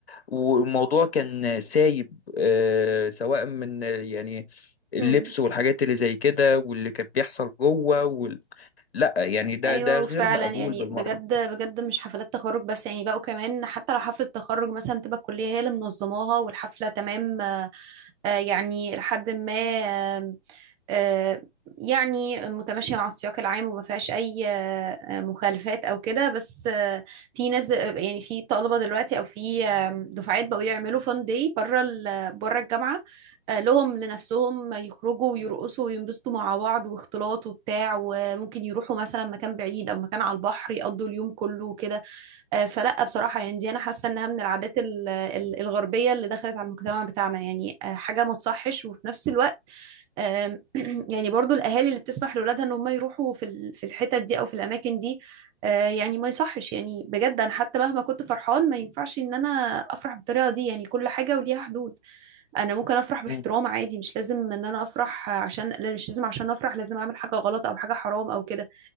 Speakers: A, on the left; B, on the right.
A: والموضوع كان سايب آه، سواء من آه، يعني اللبس
B: امم
A: والحاجات اللي زي كده واللي كان بيحصل جوه وال... لا يعني ده
B: ايوه
A: ده غير
B: وفعلا
A: مقبول
B: يعني
A: بالمره
B: بجد بجد مش حفلات تخرج بس يعني بقوا كمان حتى لو حفله تخرج مثلا تبقى الكليه هي اللي منظماها والحفله تمام آه، آه، يعني لحد ما آه، آه، يعني متماشيه مع السياق العام وما فيهاش اي آه، آه، مخالفات او كده بس آه، في ناس د- يعني في طلبه دلوقتي او في آه، دفعات بقوا يعملوا فان داي بره ال- بره الجامعه آه، لهم لنفسهم يخرجوا ويرقصوا وينبسطوا مع بعض واختلاط وبتاع وممكن يروحوا مثلا مكان بعيد او مكان على البحر يقضوا اليوم كله وكده آه، فلا بصراحة يعني دي انا حاسة انها من العادات ال- ال- الغربية اللي دخلت على المجتمع بتاعنا يعني آه، حاجة ما تصحش وفي نفس الوقت آم، <clears throat> يعني برضو الاهالي اللي بتسمح لاولادها ان هم يروحوا في ال- في الحتت دي او في الاماكن دي آه، يعني ما يصحش يعني بجد انا حتى مهما كنت فرحان ما ينفعش ان انا افرح بالطريقة دي يعني كل حاجة وليها حدود انا ممكن افرح باحترام
A: إمم.
B: عادي مش لازم ان انا افرح عشان لا، مش لازم عشان افرح لازم اعمل حاجه غلط او حاجه حرام او كده